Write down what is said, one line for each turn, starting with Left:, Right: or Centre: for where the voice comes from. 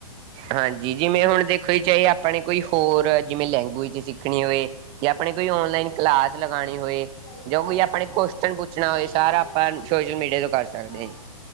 Right: ਹਾਂਜੀ, ਜਿਵੇਂ ਹੁਣ ਦੇਖੋ
Left: ਹਾਂ
Right: ਚਾਏ ਆਪਾਂ ਨੇ ਕੋਈ ਹੋਰ ਜਿਵੇਂ ਲੈਂਗੁਏਜ ਸਿੱਖਣੀ ਹੋਵੇ ਯਾ ਆਪਾਂ ਨੇ ਕੋਈ
Left: ਹਾਂਜੀ
Right: ਔਨਲਾਈਨ
Left: ਹਾਂ
Right: ਕਲਾਸ ਲਗਾਣੀ ਹੋਏ
Left: ਸਹੀ ਗੱਲ
Right: ਯਾ ਕੋਈ
Left: ਹੈ ਸਰ
Right: ਆਪਾਂ
Left: ਹਾਂਜੀ
Right: ਨੇ ਕੋਸਚਨ
Left: ਹਾਂ।
Right: ਪੁੱਛਣਾ
Left: ਦੇਖੋ
Right: ਹੋਏ ਸਾਰਾ
Left: ਜੀ
Right: ਆਪਾਂ
Left: ਜੀ
Right: ਸੋਸ਼ਲ
Left: ਦੇ
Right: ਮੀਡੀਆ ਤੋਂ ਕਰ ਸਕਦੇ
Left: ਹਾਂਜੀ
Right: ਆ ਜੀ।